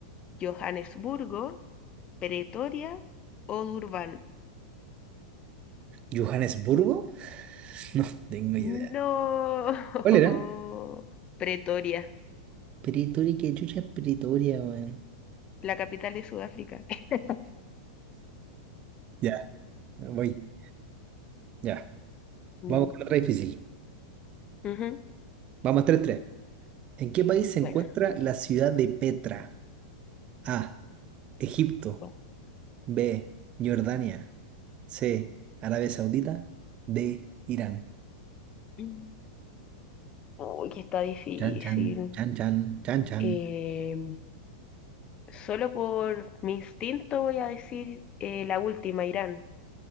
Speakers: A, on the left; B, on the right.
A: Johannesburgo, Pretoria o Durban.
B: ¿Johannesburgo? <laughs> No tengo
A: No.
B: idea. ¿Cuál era?
A: <laughs> Pretoria,
B: Pretoria, ¿qué chucha es Pretoria, weón?
A: la capital de Sudáfrica. <laughs>
B: Ya, voy. Ya.
A: Mm,
B: Vamos con otra difícil.
A: ujú.
B: Vamos tres tres. ¿En qué país se encuentra
A: Bueno,
B: la ciudad de Petra? A. Egipto.
A: bueno.
B: B. Jordania. C. Arabia Saudita. D. Irán.
A: Mm. Uy, que está difícil.
B: Chan, chan, chan, chan, chan, chan.
A: Eh, solo por mi instinto voy a decir eh, la última, Irán.